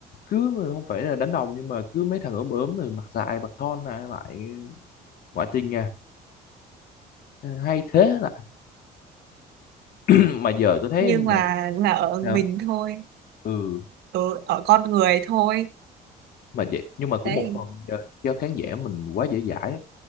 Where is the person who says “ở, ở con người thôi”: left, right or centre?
Right